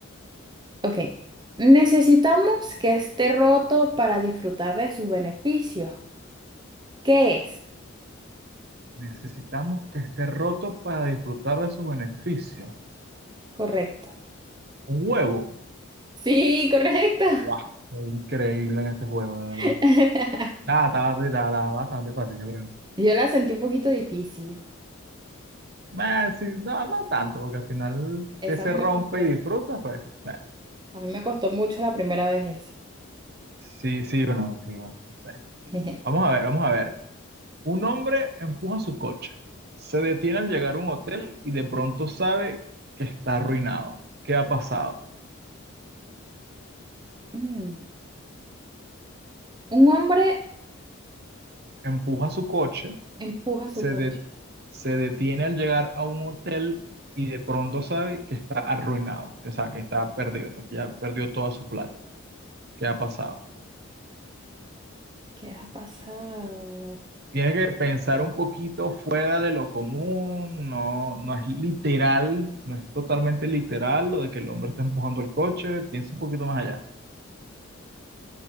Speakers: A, on the right; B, on the right.
A: Ok, necesitamos que esté roto para disfrutar de sus beneficios. ¿Qué es?
B: Necesitamos que esté roto para disfrutar de su beneficio.
A: Correcto.
B: Un huevo.
A: Sí, correcto.
B: ¡Guau! Increíble en este juego, de verdad.
A: <laughs>
B: Nada, está bastante, está- está bastante fácil, yo creo.
A: Yo la sentí un poquito difícil.
B: Eh, sí, no, no tanto, porque al final
A: Esa
B: que se
A: a mí
B: rompe
A: me costó.
B: y disfruta, pues. eh.
A: A mí me costó mucho la primera vez
B: Sí, sí, bueno, sí, bueno, no sé.
A: esa.
B: Vamos
A: <laughs>
B: a ver, vamos a ver. Un hombre empuja su coche. Se detiene al llegar a un hotel y de pronto sabe que está arruinado. ¿Qué ha pasado?
A: Mm. Un hombre
B: Empuja su coche
A: empuja su
B: se,
A: coche.
B: de- se detiene al llegar a un hotel y de pronto sabe que está arruinado, que, o sea, que está perdido, porque ya perdió toda su plata. ¿Qué ha pasado?
A: ¿Qué ha pasado?
B: Tiene que pensar un poquito fuera de lo común, no, no es literal, no es totalmente literal lo de que el hombre está empujando el coche, piensa un poquito más allá.